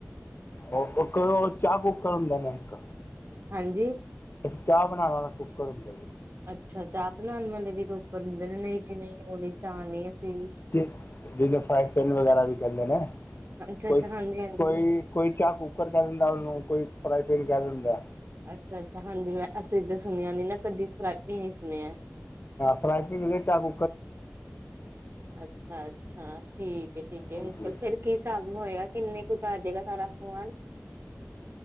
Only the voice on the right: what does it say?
ਹਾਂਜੀ।
ਅੱਛਾ ਚਾਹ ਬਣਾਣ ਵਾਲੇ ਵੀ ਕੁਕਰ ਹੁੰਦੇ ਨੇ ਨਹੀਂ ਜੀ ਨਹੀਂ ਓਹ ਨੀ ਚਾਹ ਨੀ ਅਸੀਂ
ਅੱਛਾ-ਅੱਛਾ,
ਹਾਂਜੀ-ਹਾਂਜੀ।
ਅੱਛਾ-ਅੱਛਾ, ਹਾਂਜੀ
ਅੱਛਾ ਅੱਛਾ, ਹਾਂਜੀ ਮੈਂ ਅਸੀਂ ਤੇ ਸੁਣਿਆ ਨੀ ਨਾ ਕਦੀ, ਫਰਾਈ ਪਿਨ ਹੀ ਸੁਣਿਐ।
ਅੱਛਾ ਅੱਛਾ, ਠੀਕ ਹੈ ਠੀਕ ਹੈ
ਅੰਕਲ ਫੇਰ ਕੀ ਸਾਬ ਹੋਏਗਾ ਕਿੰਨੇ ਕੁ ਚ ਆਜੇਗਾ ਸਾਰਾ ਸਮਾਨ?